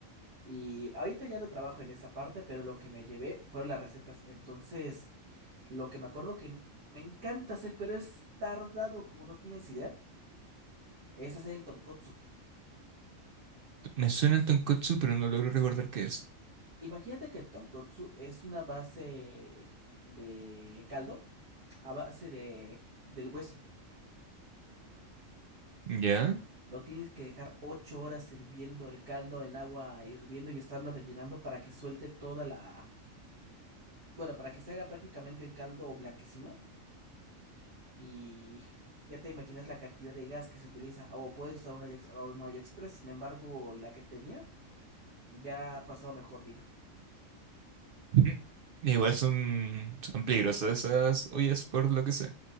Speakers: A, on the right (about 85°); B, on the right (about 65°).
A: Y ahorita ya no trabajo en esa parte, pero lo que me llevé fueron las recetas. Entonces, lo que me acuerdo que me encanta hacer, pero es tardado como no tienes idea, es hacer el tonkotsu.
B: Me suena el tonkotsu, pero no logro recordar qué es.
A: Imagínate que el tonkotsu es una base de caldo a base de, del hueso.
B: ¿Ya?
A: Lo tienes que dejar ocho horas hirviendo el caldo en agua hirviendo y estarlo rellenando para que suelte toda la... Bueno, para que se haga prácticamente el caldo blanquecino y ya te imaginas la cantidad de gas que se utiliza. O puedes usar un olla, ex- o un olla express, sin embargo, la que tenía ya pasó a mejor vida.
B: <laughs> Mm, Igual son, son peligrosas esas ollas por lo que sé.